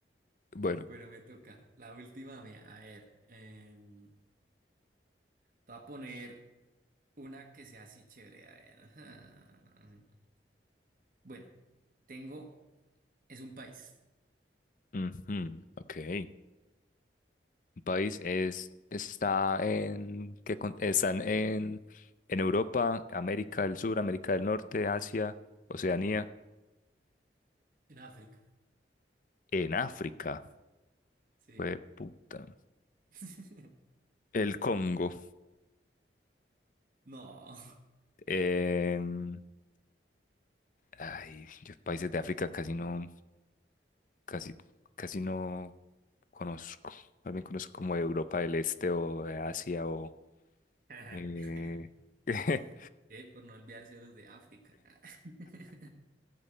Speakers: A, on the left; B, on the right.
A: Bueno.
B: Bueno, me toca. La última mía. A ver, em, te voy a poner una que sea así chévere. A ver. <laughs> ajá. Bueno, tengo. Es un país.
A: ujú, Ok. Un país es, está en, ¿qué con- están en, en Europa, América del Sur, América del Norte, Asia, Oceanía,
B: En África.
A: en África.
B: Sí.
A: Fue puta.
B: <laughs>
A: El Congo.
B: No.
A: Em, ay, yo países de África casi no, casi, casi no conozco. Más bien conozco como de Europa del Este o de Asia o
B: <laughs>
A: eh, <laughs>
B: Eh, por no olvidarse de los de África. <laughs>